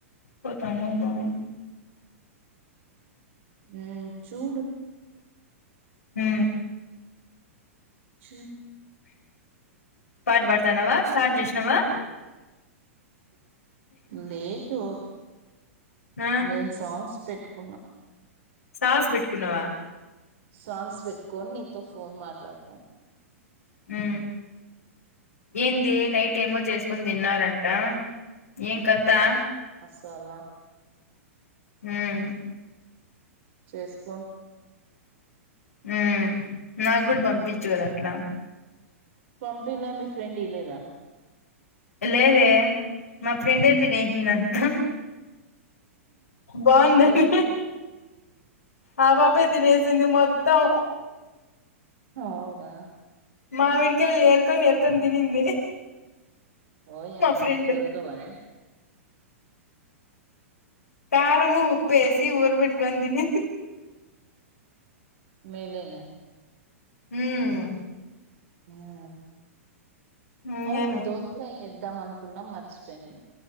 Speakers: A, on the left; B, on the right.
A: పోతాం పోమో
B: అ చూడు
A: హ
B: అ
A: పాట పడతానావా స్టార్ట్ చేసినవా
B: లేదు
A: ఆ
B: నేను సాంగ్స్ పెట్టుకున్నాం
A: సాస్ పెట్టుకున్నావా
B: సాంగ్స్ పెట్టుకొని నీతో ఫోన్ మాట్లాడతాను
A: అ ఏంది నైట్ ఏమో చేసుకుని తిన్నారంట ఏం కత్తా
B: చాలా
A: హ
B: చేసుక
A: హమ్ నాకు కూడా పంపించు కదా అట్లా
B: పంపిలా మీ ఫ్రెండ్ ఇలేదా
A: లేదే మా ఫ్రెండ్ తినేసింది అంతా బాగుందండి
B: మీ ఫ్రెండ్
A: ఆ పాపే తినేసింది మొత్తం
B: అవునా
A: మావిడికయళ్ ఏర్కొన్ ఏర్కొన్ తినింది
B: ఓయి అమ్మ
A: మా ఫ్రెండ్
B: దొర్కవనా
A: కారము ఉప్పేస్ తీ ఊరు బెట్టుకొని తిని.
B: మేలే నే.
A: హ్మ్.
B: హూ
A: ఇంగేమి
B: అవును దోసుకాయి ఎద్దాం అంత్ కున్నం మర్చిపోయినం.